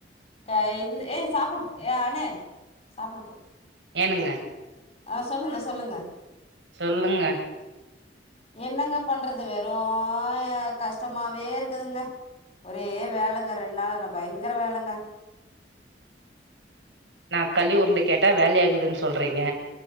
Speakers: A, on the left; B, on the right.
A: அ இது ஏ சாப்பிடு ஏ அணு சாப்ப போடு
B: ஏனுங்க
A: ஆ சொல்லுங்க சொல்லுங்க
B: சொல்லுங்க
A: என்னங்க பண்றது வெறு கஷ்டமாவே இருக்குதுங்க ஒரே வேலங்க ரெண்டு நாாளன பயங்கர வேலங்க
B: நா கழி உருண்ட கேட்டா வேலய ஆகுது ன்னு சொல்றீங்க